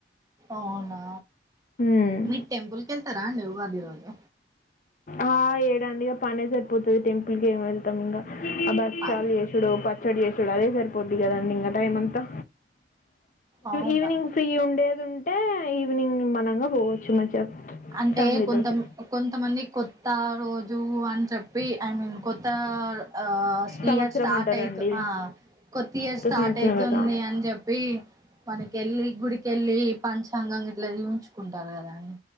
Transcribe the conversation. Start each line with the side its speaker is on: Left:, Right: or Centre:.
Right: అవునా
Left: హ్మ్.
Right: మీరు టెంపుల్ కెల్తారా అండి ఉగాది రోజు
Left: ఆ ఏడండి ఇగ పనే జరి పోతది టెంపుల్ కేం వెళ్తాం ఇంకా ఆ భక్షలు
Right: పా-
Left: చేసుడో పచ్చ డి చేసుడు అదే సరిపోద్దిగాదా ఇంగ టైం అంతా
Right: అవునా
Left: ఈవినింగ్ ఫ్రీ ఉండేదుంటే ఈవినింగ్ నిమ్మళంగా పోవచ్చు మంచిగా
Right: అంటే
Left: ఫ్యామిలీతోటి.
Right: కొంత కొంతమందికి కొత్త రోజు వు అని చెప్పి ఐ మీన్ కొత్త ఆ
Left: సంవత్సరం
Right: ఇయర్ స్టార్ట్
Left: అంటారండి.
Right: అయితు ఆ కొత్త ఇయర్ స్టార్ట్
Left: సంవత్సరం
Right: అయితుంది
Left: కదా!
Right: అని చెప్పి మనకెళ్ళి గుడికెళ్ళి పంచాంగం గిట్లా చూయించుకుంటారు కదా అండి